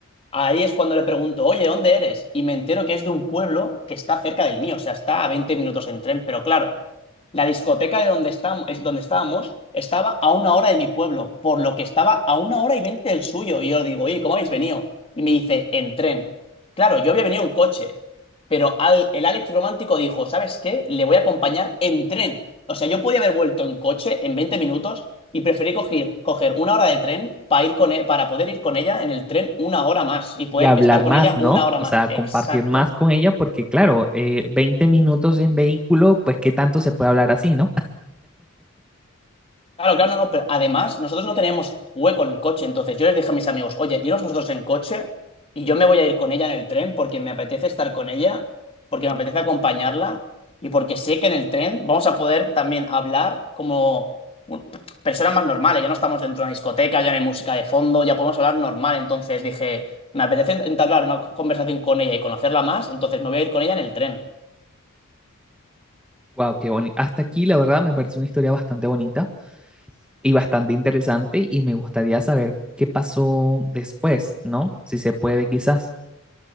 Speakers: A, on the left; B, in the centre.
A: Ahí es cuando le pregunto, oye, ¿dónde eres? Y me entero que es de un pueblo que está cerca del mío, o sea, está a 20 minutos en tren, pero claro, la discoteca de donde estábamos, es donde estábamos estaba a una hora de mi pueblo, por lo que estaba a una hora y veinte del suyo. Y yo digo, oye, ¿cómo habéis venido? Y me dice, en tren. Claro, yo había venido en coche, pero al- el Alex romántico dijo, ¿sabes qué? Le voy a acompañar en tren. O sea, yo podía haber vuelto en coche en 20 minutos y preferí coger, coger una hora de tren para ir con e- para poder ir con ella en el tren una hora más y poder
B: Y hablar
A: estar
B: más,
A: con ella
B: ¿no?
A: una hora
B: O
A: más.
B: sea,
A: Exacto.
B: compartir más con ella, porque claro, eh, 20 minutos en vehículo, pues qué tanto se puede hablar así, ¿no?
A: Claro, claro, no, no, pero además nosotros no teníamos hueco en el coche, entonces yo les dije a mis amigos, oye, iros vosotros en coche y yo me voy a ir con ella en el tren porque me apetece estar con ella, porque me apetece acompañarla y porque sé que en el tren vamos a poder también hablar como un- personas más normales, ya no estamos dentro de una discoteca, ya no hay música de fondo, ya podemos hablar normal, entonces dije, me apetece entablar una conversación con ella y conocerla más, entonces me voy a ir con ella en el tren.
B: Wow, qué bonito. Hasta aquí, la verdad, me parece una historia bastante bonita y bastante interesante y me gustaría saber qué pasó después, ¿no? Si se puede, quizás.